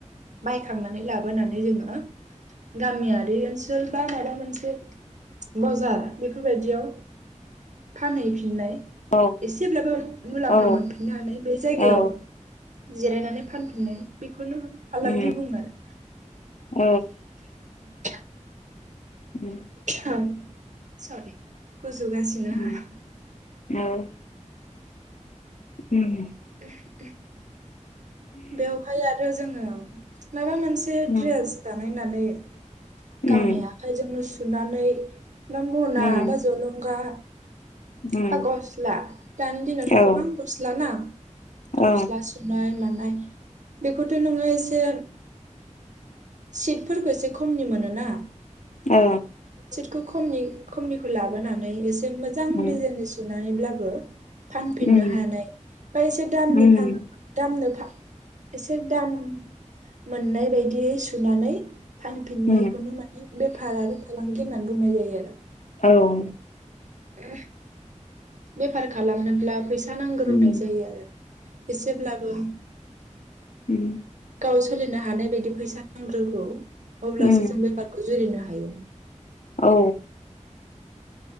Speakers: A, on the right; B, on the left.
A: बायखांनानै लाबोनानै जोङो गामियारि ओनसोल बा माबा मोनसे बजार बेफोरबायदियाव फानहैफिननाय
B: औ
A: एसेब्लाबो मुलाम्फा
B: औ
A: मोनफिननानै बै जायगायाव
B: औ
A: जिरायनानै फानफिनो बिख खोनो फालांगि
B: उम
A: बुंङो आरो
B: औ
A: <unintelligible>
B: उम
A: सारि सरि गुजुगासिनो आहा
B: उम औ उम
A: उम उम बेवहाय आरो जोङो माबा मोनसे
B: उम
A: ड्रेस बानाय नानै गावनि
B: उम
A: आखायजोंनो सु सुनानै ना मना
B: उम
A: बा जलंगा
B: उम
A: बा गस्ला दानि दिनावथ'
B: औ
A: गोबां गस्ला ना
B: औ
A: गस्ला सुुनाय मा नाय बेखौथ' नोङो एसे सिटफोरखौ एसे खमनि मोनोना
B: आ
A: खो खमनि खमनिखौ लाबोनानै एस मोजां
B: उम
A: दिजाइन नि सुन नानै ब्लाबो फानफिननो
B: उम
A: हानाय बा एसे दामनि
B: उम
A: फान दा आंनो फा एसे दाम मोननाय बायदियै सुनानै फानफिन
B: औ
A: नायखौनो माने बेफार आरो फालांगि होननानै बुंनाय जायो आरो
B: औ
A: ओ बेफार खालामनोब्ला फैसा नांगोर
B: उम
A: होननाय जायो आरो एसेब्लाबो
B: उम
A: गाव सोलिनो हानाय बायदि फैसा नांग्रोगौ अब्लासो
B: उम उम
A: जों बेफारखौ जुरिनो हागोन हायो
B: औ